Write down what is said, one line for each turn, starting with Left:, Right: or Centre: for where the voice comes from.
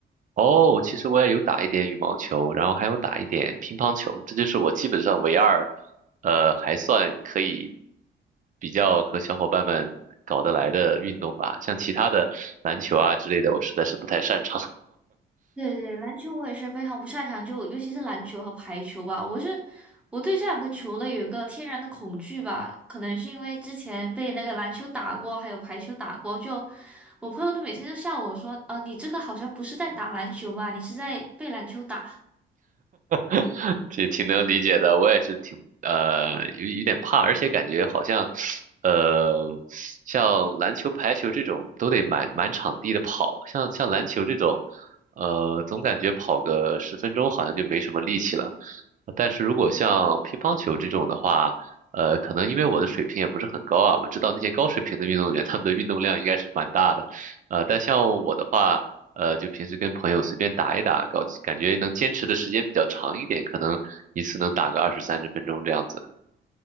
Right: 哦，其实我也有打一点羽毛球，然后还有打一点乒乓球，这就是我基本上唯二，呃，还算可以比较和小伙伴们搞得来的运动吧。像其他的篮球啊之类的，我实在是不太擅长，
Centre: 对对，篮球我也是非常不擅长，就尤其是篮球和排球吧，我是我对这两个球类有一个天然的恐惧吧，可能是因为之前被那个篮球打过，还有排球打过，就我朋友都每天都笑我说，呃，你这个好像不是在打篮球吧，你是在被篮球打。
Right: <laughs> 挺挺能理解的。我也是挺呃有有点怕，而且感觉好像。呃，像篮球、排球这种都得满满场地的跑，像像篮球这种，呃，总感觉跑个十分钟好像就没什么力气了。但是如果像乒乓球这种的话，呃，可能因为我的水平也不是很高啊，我知道那些高水平的运动员他们的运动量应该是蛮大的，呃，但像我的话，呃，就平时跟朋友随便打一打，搞，感觉能坚持的时间比较长一点，可能一次能打个二十三十分钟这样子。